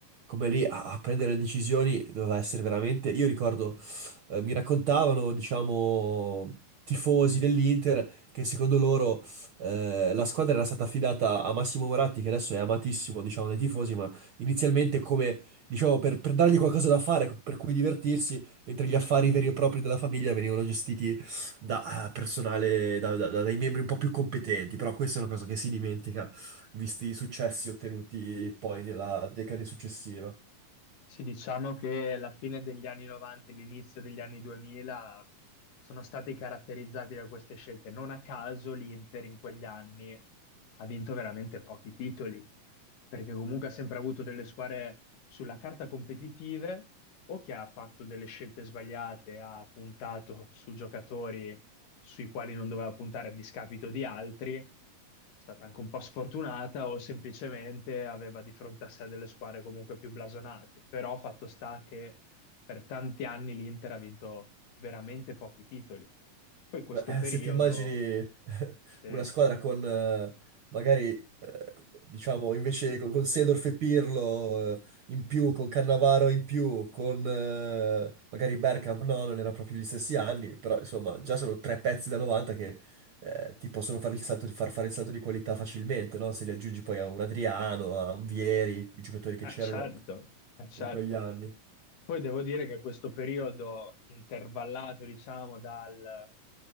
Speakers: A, on the right; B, on the left.
A: come lì a, a prendere le decisioni doveva essere veramente. Io ricordo, eh, mi raccontavano, diciamo, tifosi dell'Inter che secondo loro eh, la squadra era stata affidata a Massimo Moratti, che adesso è amatissimo, diciamo, dai tifosi, ma inizialmente come, diciamo, per, per dargli qualcosa da fare, per cui divertirsi, mentre gli affari veri e propri della famiglia venivano gestiti da eh, personale, da- da- da- dai membri un po' più competenti. Però questa è una cosa che si dimentica visti i successi ottenuti poi nella decade successiva.
B: Sì, diciamo che la fine degli anni 90 e l'inizio degli anni 2000 sono stati caratterizzati da queste scelte. Non a caso l'Inter in quegli anni ha vinto veramente pochi titoli, perché comunque ha sempre avuto delle squadre sulla carta competitive o che ha fatto delle scelte sbagliate, ha puntato su giocatori sui quali non doveva puntare a discapito di altri, è stata anche un po' sfortunata o semplicemente aveva di fronte a sé delle squadre comunque più blasonate. Però fatto sta che per tanti anni l'Inter ha vinto veramente pochi titoli. Poi questo
A: Beh, eh,
B: periodo,
A: se ti immagini <laughs> eh,
B: se...
A: una squadra con eh, magari, eh, diciamo, invece con, con Seedorf e Pirlo eh, in più, con Cannavaro in più, con eh, magari Bergkamp, no, non era proprio gli stessi anni, però insomma già sono tre pezzi da 90 che eh, ti possono fare il salto, far fare il salto di qualità facilmente, no? Se li aggiungi poi a un Adriano, a un Vieri, i giocatori che
B: Ah
A: c'erano
B: certo, ah certo.
A: in quegli anni.
B: Poi devo dire che questo periodo intervallato, diciamo, dal,